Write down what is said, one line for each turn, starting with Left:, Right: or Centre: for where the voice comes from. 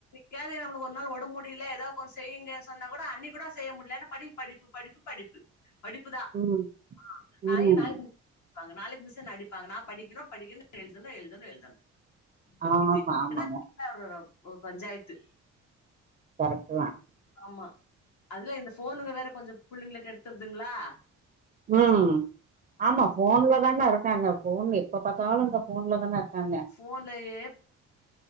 Left: பியாது நமுளுக் ஒர் நாள் ஒடம் முடியில எதா கொன் செய்யிங்க சொன்னா கூட அன்னிக் கூடோ செய்ய முட்லனா படிப் படிப்பு படிப்பு படிப்பு படிப்புதான்
Right: ம்
Left: ஆ்
Right: ம்
Left: நாளை நாளைக்கு மிஸ் ங்க நாளைக்கு மிஸ் என்ன அடிப்பாங்க நான் படிக்கணும் படிக்கணும் எழுதணும் எழுதணும் எழுதணும்
Right: ஆமா
Left: இது
Right: ஆமாங்க
Left: இத ஒரு ஓ பஞ்சாயத்து
Right: கரெக்ட தான்
Left: ஆமா அதுல இந்த போனுங்க வேற கொஞ்சோ பிள்ளங்களுக்கு எடுத்து த்துங்களா
Right: உம் ஆமா போன்லதானா இருக்காங்க போன் இப்ப பாத்தாலும் இந்த போன்ல தானே இருக்காங்க
Left: போன்லயே